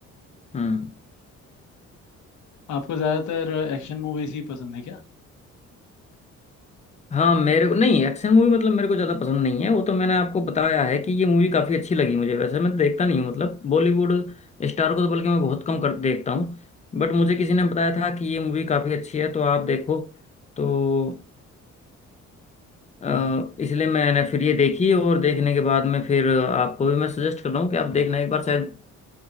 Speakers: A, on the left; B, on the left.
A: हम्म
B: आपको ज्यादातर एक्शन मूवीज ही पसंद है क्या
A: हाँ मेरे को नहीं एक्शन मूवी मतलब मेरे को ज़्यादा पसंद नहीं है वो तो मैंने आपको बताया है कि ये मूवी काफ़ी अच्छी लगी मुझे वैसे मैं तो देखता नहीं हूँ मतलब बॉलीवुड स्टार को तो बल्कि मैं बहुत कम कर देखता हूँ बट मुझे किसी ने बताया था कि ये मूवी काफ़ी अच्छी है तो आप देखो तो अ,
B: ओ,
A: इसलिए मैंने फिर ये देखी और देखने के बाद में फिर आपको भी मैं सजेस्ट कर रहा हूँ कि आप देखना एक बार शायद